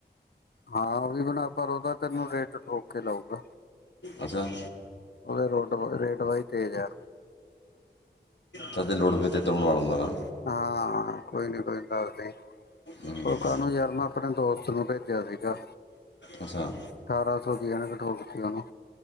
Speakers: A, on the left; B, on the left.
A: ਹਾਂ, ਉਹ ਵੀ ਬਣਾ ਪਰ ਉਹਦਾ ਤੈਨੂੰ ਰੇਟ ਠੋਕ ਕੇ ਲਊਗਾ,
B: ਅੱਛਾ
A: ਉਹਦੇ ਰੋਟ ਰੇਟ ਵਾਈ ਤੇਜ ਆ।
B: ਚੱਲ ਲੋੜ ਪਈ ਤਾ ਤੇਤੋ ਬਣਾ ਲੂੰਗਾ ਨਾ,
A: ਹਾਂ ਕੋਈ ਨੀ ਕੋਈ ਗੱਲ ਨੀ
B: ਹਮ,
A: ਓਕੇ, ਸਾਨੂੰ ਯਾਰ ਮੈਂ ਆਪਣੇ ਦੋਸਤ ਨੂੰ ਭੇਜਿਆ ਸੀਗਾ,
B: ਅੱਛਾ
A: ਅਠਾਰਾਂ ਸੌ ਦੀਆਂ ਕਠੋਲ ਸੀ ਉਹਨੂੰ